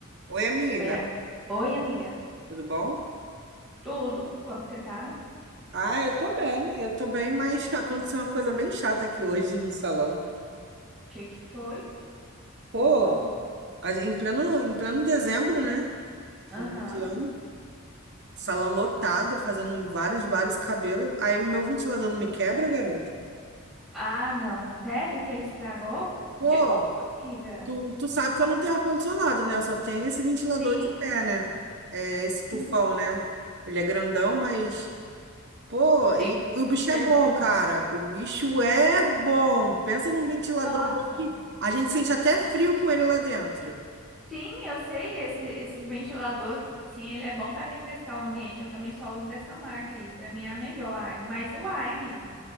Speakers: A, on the right; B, in the centre.
A: Oi, amiga,
B: Oi, a- Oi, amiga.
A: tudo bom?
B: Tudo? Como você tá? O
A: Ah, eu tô bem, eu tô bem, mas <laughs> aconteceu uma coisa bem chata aqui hoje no salão.
B: que que foi?
A: Pô,
B: Me conta.
A: a gen- em pleno, em pleno dezembro, né? Final
B: Aham.
A: de ano, salão lotado, fazendo vários, vários cabelos. Aí o meu ventilador não me quebra,
B: Sim.
A: garota.
B: Ah, não. Sério que ele estragou?
A: Pô,
B: De novo, amiga?
A: tu, tu sabe que eu não tenho ar-condicionado, né? Eu só tenho esse ventilador
B: Sim,
A: de pé, né? É, esse tufão,
B: sim.
A: né? Ele é grandão, mas. Pô,
B: Tem,
A: e o
B: tem
A: bicho
B: servido,
A: é bom, cara.
B: né?
A: O bicho é bom. Pensa num ventilador
B: Nossa.
A: bom que a gente sente até frio com ele lá dentro.
B: Sim, eu sei. Esse, esses ventiladores, sim, ele é bom para refrescar o ambiente. Eu também só uso dessa marca aí. Para mim é a melhor. Mas, uai, amiga.